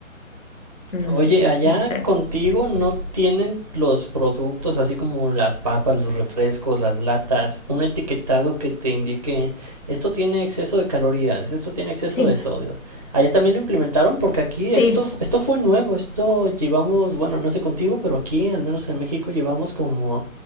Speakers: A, on the left; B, on the right.
A: mm,
B: Oye, allá
A: no sé.
B: contigo no tienen los productos, así como las papas, los refrescos, las latas, un etiquetado que te indique esto tiene exceso de calorías, esto tiene exceso
A: Sí,
B: de sodio. Allá también lo implementaron porque aquí
A: sí,
B: esto, esto fue nuevo, esto llevamos, bueno, no sé contigo, pero aquí, al menos en México, llevamos como